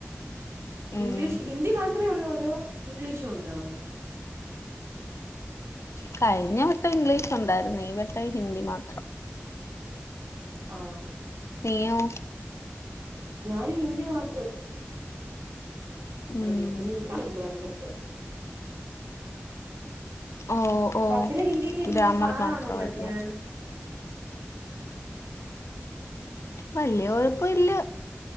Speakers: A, on the left (about 75°); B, on the right (about 75°).
A: ഉം
B: ഇംഗ്ലീഷ് ഹിന്ദി മാത് അത്രേ ഒള്ളോ അതോ ഇംഗ്ലീഷും ഉണ്ടോ
A: കഴിഞ്ഞ വട്ടം ഇംഗ്ലീഷൊണ്ടായിരുന്ന് ഈ വ തയ് ഹിന്ദി മാത്രം
B: ആ
A: നീയോ
B: ഞാൻ ഹിന്ദി മാത്രം
A: ഉം
B: മടി പിന്നെ കണ്ടോരടുത്ത്
A: ഓ ഓ
B: പത്തിലെ ഹിന്ദിയെക്കെ എങ്ങനെ
A: ഗ്രാമർ
B: പാടാണോ
A: മാത്രമായിട്ടോ
B: പഠിപ്പിക്കാൻ
A: വല്യ കൊഴപ്പ ഇല്ല